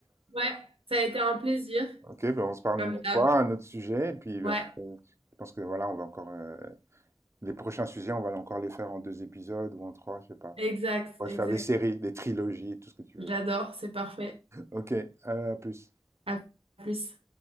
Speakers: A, on the right (about 70°); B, on the right (about 25°).
A: Ouais, ça a été un plaisir,
B: Ok, ben on se parle
A: comme
B: une autre
A: d'hab.
B: fois, un autre sujet, et puis ben,
A: Ouais.
B: euh, je pense que voilà, on va encore euh, Les prochains sujets, on va encore les faire en deux épisodes ou en trois, je sais pas.
A: Exact,
B: On
A: exact.
B: va se faire des séries, des trilogies, tout ce que tu
A: J'adore,
B: veux.
A: c'est parfait.
B: Ok, à plus.
A: À plus.